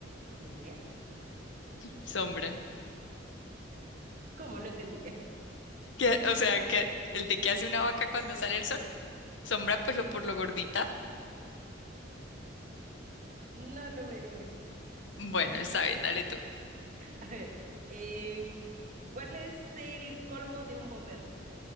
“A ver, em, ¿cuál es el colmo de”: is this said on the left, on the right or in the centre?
Right